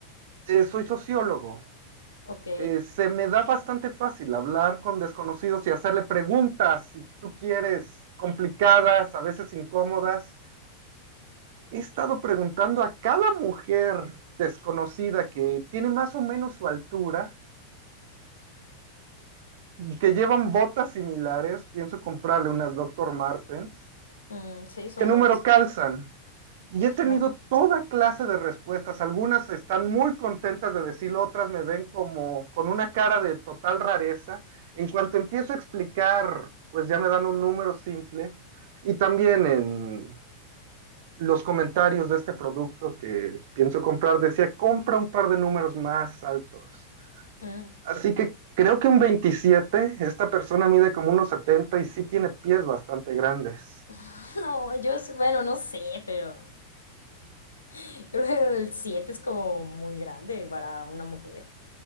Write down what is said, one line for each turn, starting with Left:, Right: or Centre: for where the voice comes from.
Right: Eh, soy sociólogo.
Left: Ok.
Right: Eh, se me da bastante fácil hablar con desconocidos y hacerle preguntas, si tú quieres, complicadas, a veces incómodas. He estado preguntando a cada mujer desconocida que tiene más o menos su altura, que llevan botas similares, pienso comprarle unas Dr. Martens,
Left: Mm, sí, son
Right: qué número
Left: buenas.
Right: calzan.
Left: <laughs>
Right: Y he tenido
Left: No.
Right: toda clase de respuestas. Algunas están muy contentas de decirlo, otras me ven como con una cara de total rareza. En cuanto empiezo a explicar, pues ya me dan un número simple. Y también en los comentarios de este producto que pienso comprar, decía, compra un par de números más altos.
Left: Mm.
Right: Así que creo que un 27. esta persona mide como unos 70 y sí tiene pies bastante grandes.
Left: <laughs> No, yo, s- bueno, no sé, pero... <laughs> Creo que el 7 es como muy grande para una mujer.